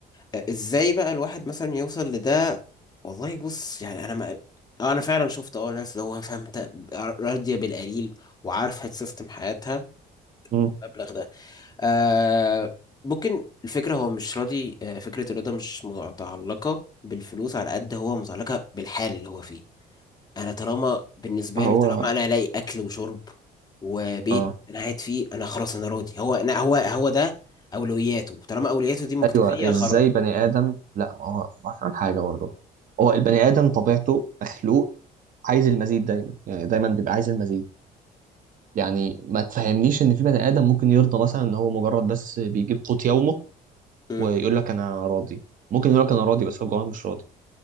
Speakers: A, on the left (about 25°); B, on the right (about 50°).
A: آه، ازاي بقى الواحد مثلا يوصل لده والله بص يعني انا ما آه، انا فعلا شفت اه ناس اللي هو فهمت راضيه بالقليل وعارفه تسيستم حياتها
B: امم
A: المبلغ ده آه ممكن الفكره هو مش راضي آه، فكره الرضا مش متعلقه بالفلوس على قد هو متعلقه بالحال اللي هو فيه انا طالما بالنسبه
B: هو
A: له طالما انا الاقي اكل وشرب وبيت
B: اه
A: انا قاعد فيه انا خلاص انا راضي هو أنا هو هو ده اولوياته طالما اولوياته دي مكتفيه
B: ايوه ازاي
A: خلاص
B: بني ادم لا هو ما فاهم حاجه برضه هو البني ادم طبيعته مخلوق عايز المزيد دايما يعني دايما بيبقى عايز المزيد يعني ما تفهمنيش ان في بني ادم ممكن يرضى مثلا ان هو مجرد بس بيجيب قوت يومه
A: امم
B: ويقول لك انا راضي ممكن يقول لك انا راضي بس هو جواه مش راضي